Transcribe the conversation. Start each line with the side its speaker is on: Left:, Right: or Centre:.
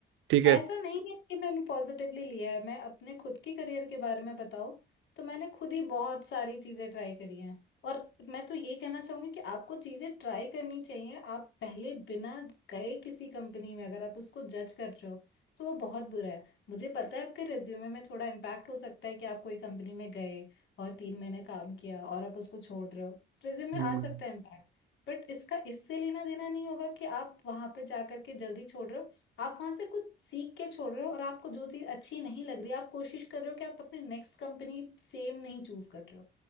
Right: ठीक
Left: ऐसा
Right: है
Left: नहीं है कि मैंने पॉजिटिवली लिया है मैं अपने खुद के करियर के बारे में बताऊँ तो मैंने खुद ही बहुत सारी चीज़ें ट्राई करी हैं और मैं तो ये कहना चाहूंगी कि आपको चीज़ें ट्राई करनी चाहिए आप पहले बिना गए किसी कंपनी में अगर आप उसको जज कर रहे हो तो वो बहुत बुरा है मुझे पता है आपके रिज्यूमे में थोड़ा इम्पैक्ट हो सकता है कि आप कोई कंपनी में गए और तीन महीने काम किया और आप उसको छोड़ रहे हो रिज्यूमे
Right: हम्म
Left: आ सकता है इम्पैक्ट बट इसका इससे लेना देना नहीं होगा कि आप वहां पे जा करके जल्दी छोड़ रहे हो आप वहां से कुछ सीख के छोड़ रहे हो और आपको जो चीज अच्छी नहीं लग रही आप कोशिश कर रहे हो कि आप अपने नेक्स्ट कंपनी सेम नहीं चूज कर रहे हो